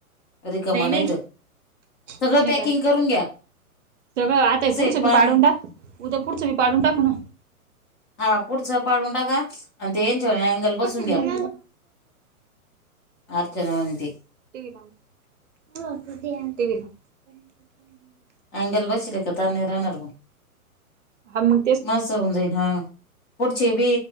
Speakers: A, on the left; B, on the right.
A: रिकम
B: नाही नाही
A: नाहीत सगळं
B: तस नाही
A: पॅकिंग
B: करायचं
A: करून घ्या.
B: सगळं आताय
A: कसं
B: पुढचं
A: आहे पाणी
B: बी पाडून टाक. उद्या पुढचं बी पाडून टाकू ना.
A: हा पुढचं पाडून टाका. आणि ते अँगल बसवून
B: टीव्ही
A: घ्या. अर्चना वाणी ते
B: <unintelligible> <inaudible> सुध आणतीला. <unintelligible> <inaudible>
A: आयंगल बसुलतर पार नही राहणार ब.
B: अन म
A: म असं हुंजयल हा पुढचेबी,